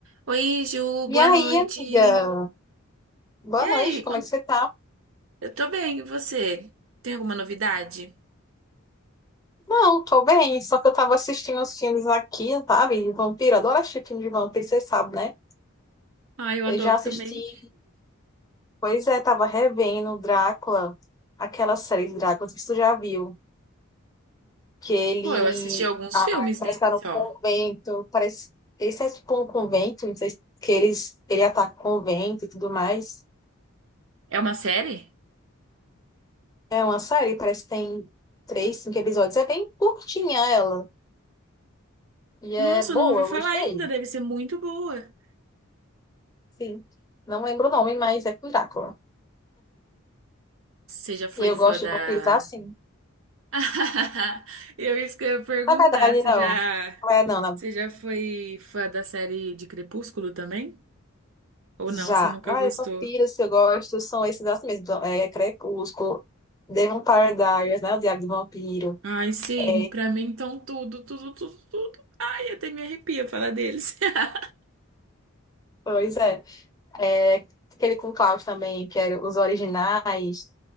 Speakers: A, on the right; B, on the left.
A: Oi, Ju,
B: E
A: boa
B: aí,
A: noite.
B: amiga? Boa
A: E aí,
B: noite, como
A: quan-
B: é que você tá?
A: eu tô bem, e você? Tem alguma novidade?
B: Não, tô bem, só que eu tava assistindo os filmes aqui, sabe? De vampiro, eu adoro assistir filme de vampiro, você sabe, né?
A: Ah, eu adoro
B: Eu já assisti,
A: também.
B: pois é, tava revendo Drácula, aquela série de Drácula, não sei se tu já viu, que ele
A: Pô, eu assisti alguns filmes
B: parece
A: dele
B: que tá no
A: só.
B: convento, parece, esse é tipo um convento, não sei se que eles, ele ataca o convento e tudo mais.
A: É uma série?
B: É uma série, parece que tem três, cinco episódios, é bem curtinha ela, e é
A: Nossa,
B: boa,
A: eu não ouvi
B: eu
A: falar
B: gostei.
A: ainda, deve ser muito boa.
B: Sim. Não lembro o nome, mas é com Drácula.
A: Você já foi
B: E eu
A: fã
B: gosto
A: da.
B: de vampiros assim.
A: <laughs> Eu isso que eu ia perguntar,
B: Na verdade,
A: você
B: não.
A: já,
B: Não é, não, não.
A: você já foi fã da série de Crepúsculo também? Ou
B: Já.
A: não, você nunca
B: Na verdade,
A: gostou?
B: vampiros que eu gosto são esses assim mesmo. Então, É Crepúsculo, The Vampire Diaries, né? O Diário do Vampiro.
A: Ai, sim,
B: É,
A: pra mim então tudo, tudo, tudo, tudo. Ai, até me arrepia falar deles. <laughs>
B: Pois é. É aquele com Klaus também, que era os originais.